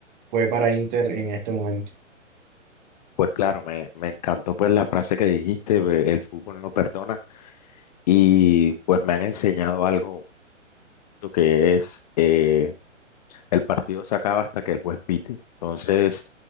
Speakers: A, on the right; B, on the left.
A: fue para Inter en este momento.
B: Pues claro, me, me encantó pues la frase que dijiste, eh, el fútbol no perdona, y pues me han enseñado algo lo que es eh, el partido se acaba hasta que el juez pite. Entonces,